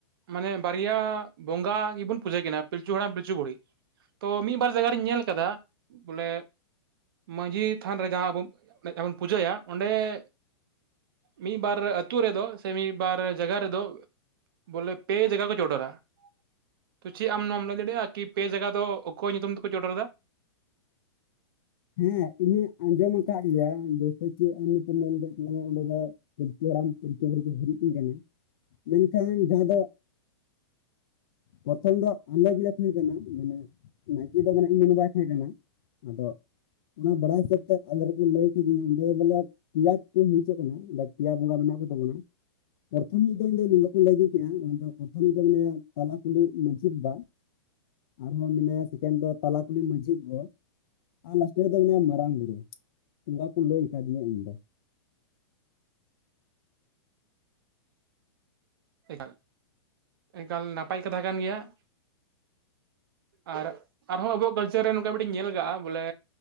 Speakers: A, on the right (about 55°); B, on the left (about 55°).
A: ᱢᱟᱱᱮ ᱵᱟᱨᱭᱟ ᱵᱚᱸᱜᱟ ᱜᱮᱵᱚᱱ ᱯᱩᱡᱟᱹᱭ ᱠᱟᱱᱟ ᱯᱤᱞᱪᱩ ᱦᱟᱲᱟᱢ ᱯᱤᱞᱪᱩ ᱵᱩᱲᱦᱤ ᱾ ᱛᱚ ᱢᱤᱫ ᱵᱟᱨ ᱡᱟᱭᱜᱟ ᱨᱮ ᱤᱧ ᱧᱮᱞ ᱠᱟᱫᱟ ᱵᱚᱞᱮ ᱢᱟᱺᱡᱷᱤ ᱛᱷᱟᱱ ᱨᱮ ᱡᱟᱦᱟᱸ ᱟᱵᱚ ᱮᱠᱷᱟᱱ ᱯᱩᱡᱟᱹᱭᱟ ᱚᱸᱰᱮ ᱢᱤᱫ ᱵᱟᱨ ᱟᱹᱛᱩ ᱨᱮᱫᱚ ᱥᱮ ᱢᱤᱫ ᱵᱟᱨ ᱡᱟᱭᱜᱟ ᱨᱮᱫᱚ ᱵᱚᱞᱮ ᱯᱮ ᱡᱟᱜᱟ ᱠᱚ ᱪᱚᱰᱚᱨᱜᱼᱟ ᱾ ᱛᱚ ᱪᱮᱫ ᱟᱢ ᱱᱚᱣᱟᱢ ᱞᱟᱹᱭ ᱫᱟᱲᱮᱭᱟᱜᱼᱟ ᱠᱤ ᱯᱮ ᱡᱟᱭᱜᱟ ᱫᱚ ᱚᱠᱚᱭ ᱧᱩᱛᱩᱢ ᱛᱮᱠᱚ ᱪᱚᱰᱚᱨ ᱫᱟ?
B: ᱦᱮᱸ ᱤᱧᱟᱜ ᱟᱸᱡᱚᱢ ᱠᱟᱜ ᱜᱮᱭᱟ ᱡᱮᱭᱥᱮ ᱠᱤ ᱟᱢ ᱱᱤᱛᱢ ᱢᱮᱱ ᱞᱚᱭᱫᱟ ᱯᱞᱪᱩ ᱦᱟᱲᱟᱢ ᱯᱤᱞᱪᱩ ᱵᱩᱲᱦᱤ ᱠᱚ ᱦᱩᱨᱤᱡ ᱠᱤᱧ ᱠᱟᱱᱟ ᱢᱮᱱᱠᱷᱟᱱ ᱡᱟᱦᱟᱸ ᱫᱚ ᱯᱨᱚᱛᱷᱚᱢ ᱫᱚ ᱟᱞᱮ ᱜᱮᱞᱮ ᱛᱟᱦᱮᱸ ᱠᱟᱱᱟ ᱢᱟᱱᱮ ᱾ ᱱᱟᱭᱠᱮ ᱫᱚ ᱢᱟᱱᱮ ᱤᱧ ᱵᱟᱵᱟᱭ ᱛᱟᱦᱮᱸ ᱠᱟᱱᱟ ᱟᱫᱚ ᱾ ᱚᱱᱟ ᱵᱟᱲᱟᱭ ᱥᱮᱫ ᱛᱮ ᱟᱭᱢᱟ ᱦᱚᱲ ᱠᱚ ᱞᱟᱹᱭ ᱠᱤᱫᱤᱧ ᱫᱚ ᱵᱚᱞᱮ ᱯᱮᱭᱟ ᱠᱚ ᱦᱤᱡᱚᱜ ᱠᱟᱱᱟ ᱯᱮᱭᱟ ᱵᱚᱸᱜᱟ ᱢᱮᱱᱟᱜ ᱠᱚᱛᱟ ᱵᱚᱱᱟ ᱾ ᱯᱚᱛᱷᱚᱢ ᱢᱤ ᱫᱚ ᱤᱧ ᱫᱚ ᱱᱚᱠᱟ ᱞᱟᱹᱭᱫᱤᱧ ᱛᱟᱦᱮᱸᱱᱟ ᱫᱚ ᱯᱨᱚᱛᱷᱚᱢ ᱫᱚ ᱢᱮᱮ ᱛᱟᱞᱟ ᱠᱩᱞᱦᱤ ᱢᱟᱺᱡᱷᱤ ᱵᱟᱵᱟᱜ ᱾ ᱟᱨᱦᱚᱸ ᱢᱮᱱᱟᱭᱟ ᱥᱮᱠᱮᱱ ᱫᱚ ᱛᱟᱞᱟ ᱠᱩᱞᱦᱤ ᱢᱟᱟᱹᱡᱷᱤ ᱵᱟ ᱾ ᱟᱨ ᱞᱟᱥᱴᱮ ᱨᱮᱫᱚ ᱢᱮᱱᱟᱭᱟ ᱢᱟᱨᱟᱝ ᱵᱩᱨᱩ ᱚᱱᱠᱟ ᱠᱚ ᱞᱟᱹᱭ ᱠᱟᱫᱤᱧᱟᱹ ᱤᱧ ᱫᱚ ᱾
A: ᱮ ᱮᱠᱟᱞ ᱱᱟᱯᱟᱭ ᱠᱟᱛᱷᱟ ᱠᱟᱱ ᱜᱮᱭᱟ ᱾ ᱟᱨ ᱟᱨᱦᱚᱸ ᱟᱵᱚᱣᱟᱜ ᱠᱟᱞᱪᱟᱨ ᱨᱮ ᱱᱚᱝᱠᱟ ᱢᱤᱫᱴᱤᱡ ᱧᱮᱞ ᱠᱟᱜᱼᱟ ᱵᱚᱞᱮ